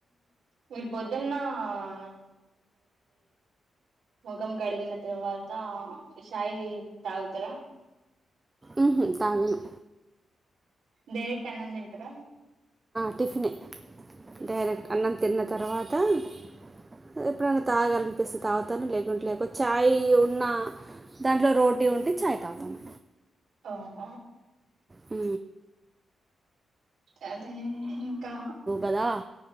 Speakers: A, on the right (about 70°); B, on the right (about 15°).
A: మీరు పొద్దున్న ఆ ముఖం కడిగిన తర్వాత చాయ్ తాగుతార
B: ఉహు తాగను
A: డైరెక్ట్ అన్నం తింటారా
B: టిఫిన్
A: టిఫినా
B: డైరెక్ట్ అన్నం తిన్న తర్వాత టా ఎప్పుడన్నా తాగాలనిపిస్తే తాగుతాను లేకుంటే లేక చాయ్ ఉన్న దాంట్లో రోటీ ఉంటే చాయ్ తాగుతాను
A: ఓహ
B: అహ
A: అదే ఇంకా
B: కదా